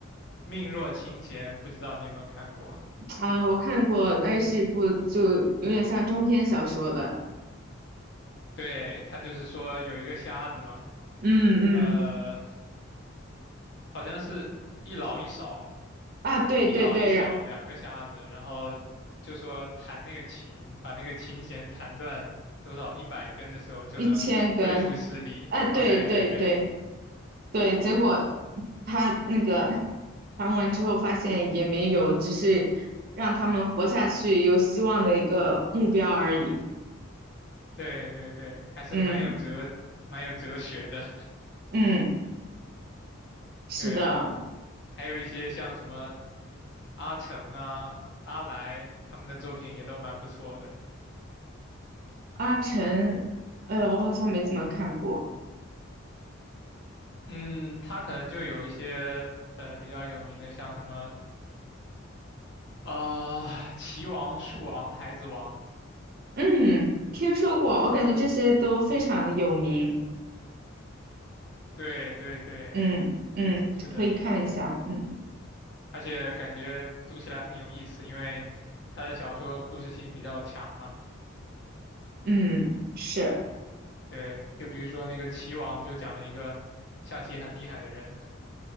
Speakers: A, on the left; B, on the right.
A: 《命若琴弦》，不知道你有没有看过？
B: 啊！我看过，那是一部就有点像中篇小说的，
A: 对，他就是说有一个瞎子嘛，
B: 嗯嗯
A: 呃。好像是一老一少，
B: 啊，对对对，
A: 一老一小两个瞎子，
B: 然
A: 然后就说弹那个琴，把那个琴弦弹断多少一百根的时候就能恢复视力。
B: 一千根，啊，
A: 啊，
B: 对对对
A: 对对对
B: 对，结果他那个谈完之后发现也没有，只是让他们活下去有希望的一个目标而已。
A: 对对对，还是蛮有哲蛮有哲学的。
B: 嗯嗯，
A: <laughs>
B: 是的，
A: 对，还有一些像什么阿成啊、阿来他们的作品也都蛮不错的。
B: 阿晨，呃，我好像没怎么看过，
A: 嗯，他可能就有一些呃比较有名的，像什么啊，棋王、树王、孩子王，
B: 嗯，听说过，我感觉这些都非常有名。
A: 对对对，
B: 嗯嗯，
A: 是的，
B: 可以看一下，嗯
A: 而且感觉读起来很有意思，因为他的小说故事性比较强嘛。
B: 嗯是，
A: 对，就比如说那个棋王就讲了一个下棋很厉害的人，